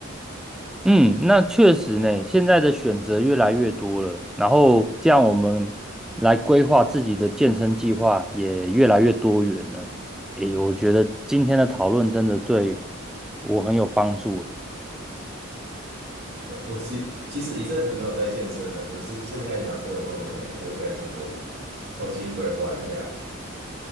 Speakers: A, in the centre; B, on the right (about 55°).
A: 嗯，那确实呢，现在的选择越来越多了，然后这样我们来规划自己的健身计划也越来越多元了。诶，我觉得今天的讨论真的对我很有帮助。
B: 我其其实一阵子没有在健身了，可是现在聊过以后，我可能也会再去做重新规划一下。